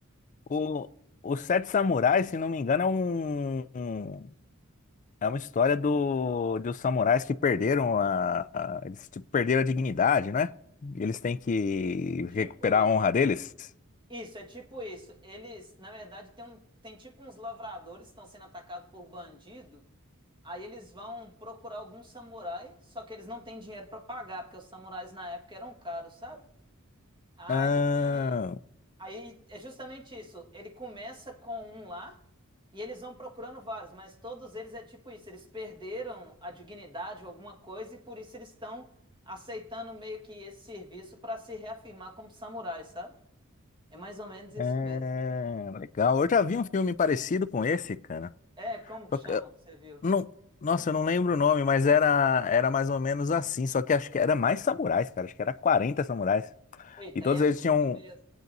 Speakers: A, on the left; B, on the right.
A: o, os Sete Samurais, se não me engano, é um, um- é uma história do, dos samurais que perderam a, a- eles tipo, perderam a dignidade, né? Eles têm que
B: Tipo
A: recuperar
B: isso.
A: a honra deles.
B: Isso, é tipo isso. Eles, na verdade, tem, um, tem tipo uns lavradores que estão sendo atacados por bandido. Aí eles vão procurar algum samurai, só que eles não têm dinheiro pra pagar, porque os samurais na época eram caros, sabe? Aí,
A: Ah,
B: aí é justamente isso. Ele começa com um lá e eles vão procurando vários, mas todos eles é tipo isso. Eles perderam a dignidade ou alguma coisa e por isso eles estão aceitando meio que esse serviço para se reafirmar como samurais, sabe? É mais ou menos isso
A: é,
B: mesmo.
A: legal. Eu já vi um filme parecido com esse, cara.
B: É, como que
A: Só
B: chama
A: que, eh,
B: o que você viu?
A: Não, nossa, eu não lembro o nome, mas era, era mais ou menos assim. Só que acho que era mais samurais, cara. Acho que era 40 samurais.
B: Eita,
A: E todos
B: aí é
A: eles
B: muito
A: tinham.
B: mesmo.